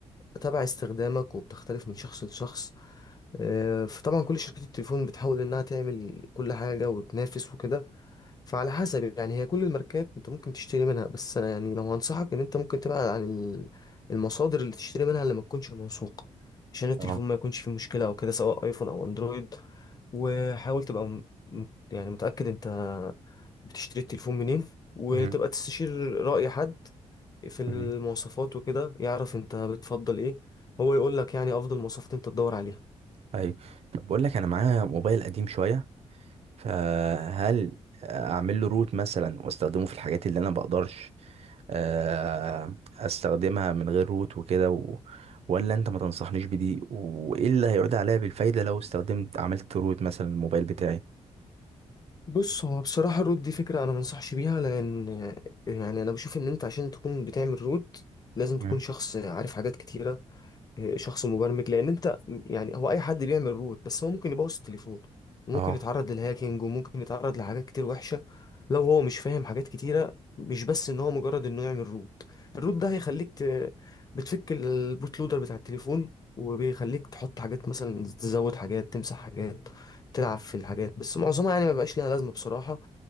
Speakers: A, on the left (about 30°); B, on the right (about 60°).
A: تبع استخدامك وبتختلف من شخص لشخص آه، فطبعا كل شركات التليفون بتحاول انها تعمل كل حاجه وتنافس وكده فعلى حسب يعني هي كل الماركات انت ممكن تشتري منها بس انا يعني لو هنصحك ان انت ممكن تبعد عن ال- المصادر اللي تشتري منها اللي ما تكونش موثوقة عشان التليفون
B: اه
A: ما يكونش فيه مشكلة او كده سواء ايفون او اندرويد وحاول تبقى م- م- يعني متأكد انت بتشتري التليفون منين وتبقى
B: مم.
A: تستشير رأي حد في المواصفات
B: مم.
A: وكده يعرف انت بتفضل ايه هو يقول لك يعني افضل مواصفات انت تدور عليها
B: ايوه طب بقول لك انا معايا موبايل قديم شوية فهل اعمل له روت مثلا واستخدمه في الحاجات اللي انا بقدرش آه، استخدمها من غير روت وكده و... ولا انت ما تنصحنيش بدي وايه اللي هيعود عليا بالفايدة لو استخدمت عملت روت مثلا الموبايل بتاعي
A: بص هو بصراحة الرود دي فكرة أنا منصحش بيها لأن يعني أنا بشوف إن أنت عشان تكون بتعمل رود لازم تكون
B: مم.
A: شخص عارف حاجات كتيرة آه، شخص مبرمج لان انت يعني هو اي حد بيعمل روت بس هو ممكن يبوظ التليفون وممكن
B: اه
A: يتعرض للهاكينج وممكن يتعرض لحاجات كتير وحشة لو هو مش فاهم حاجات كتيرة مش بس ان هو مجرد انه يعمل روت الروت ده هيخليك ت... بتفك البوت لودر بتاع التليفون وبيخليك تحط حاجات مثلا تزود حاجات تمسح حاجات تلعب في الحاجات بس معظمها يعني ما بقاش ليها لازمة بصراحة